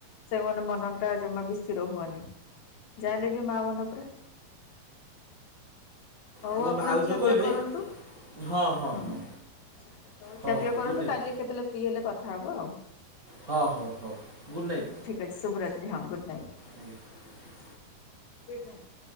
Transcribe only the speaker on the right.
ଆମ
ଭାଉଜ
କହିବେ
ହଁ ହଁ
ହଁ
ହଁ ହଉ
ଗୁଡ଼୍ ନାଇଟ୍
ହଁ ହଉ ହଉ ଗୁଡ୍ ନାଇଟ୍।
ଆଂଜ୍ଞା।